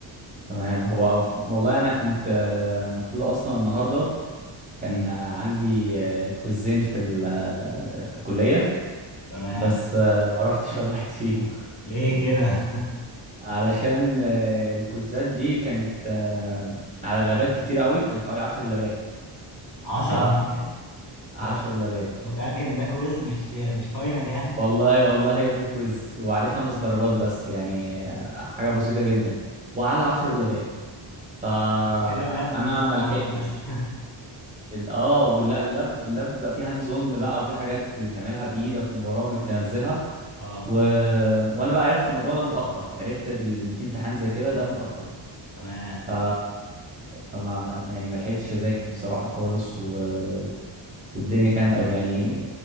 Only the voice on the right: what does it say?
تمام هو والله انا كنت آه، المفروض اصلا النهارده كان
آه، عندي آه، كوزين في ال- آه، في الكليه
بس آه، ما رحتش ولا واحد فيهم
<laughs> علشان آه، الكوزات دي كانت آه، على لابات كتير قوي كان حوالي 10 لابات
ف
10
لابات
والله والله يا ابني كويز وعليه خمس درجات بس يعني آه، حاجه بسيطه جدا وعلى 10 لابات فانا
ما لحقتش
اه ولا اللاب اللاب بقى فيه هاند زون بقى وفي حاجات تعملها بايدك وبرامج تنزلها
و... وانا بقى عرفت الموضوع ده متاخر عرفت ال- ان في امتحان زي كده ده متاخر
ف... فما ما... يعني ما لحقتش اذاكر بصراحه خالص و... والدنيا كان يعني